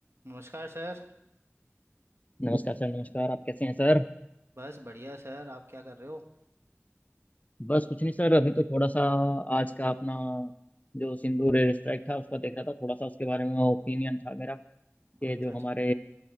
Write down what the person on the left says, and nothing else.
नमस्कार सर नमस्कार आप कैसे हैं सर
बस कुछ नहीं सर अभी तो थोड़ा सा आज का अपना जो सिंधु रेल स्ट्राइक था उसका देख रहा था थोड़ा सा उसके बारे में ओपिनियन था मेरा कि
जो
हमारे